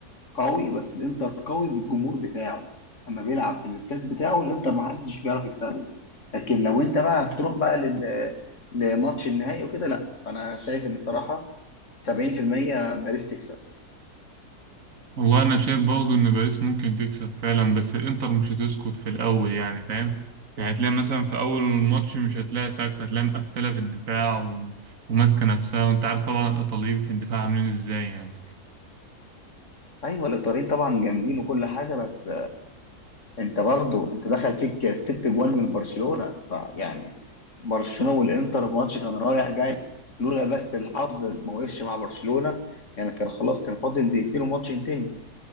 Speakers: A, on the left (about 50°); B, on the right (about 60°).
A: قوي بس الإنتر قوي بالجمهور بتاعه أما بيلعب في الاستاد بتاعه الإنتر محدش بيعرف يكسبه لكن لو انت بقى هتروح بقى لل... لماتش النهائي وكده لا فانا شايف ان الصراحه 70% باريس تكسب
B: والله انا شايف برضه ان باريس ممكن تكسب فعلا بس الانتر مش هتسكت في الاول يعني فاهم يعني هتلاقي مثلا في اول الماتش مش هتلاقي ساكت هتلاقي مقفله في الدفاع و... وماسكه نفسها وانت عارف طبعا الايطاليين في الدفاع عاملين ازاي يعني
A: ايوه الايطاليين طبعا جامدين وكل حاجه بس انت برضو انت دخل فيك ست جوان من برشلونه فيعني برشلونه والانتر ماتش كان رايح جاي لولا بس الحظ ما وقفش مع برشلونه يعني كان خلاص كان فاضل دقيقتين والماتش ينتهي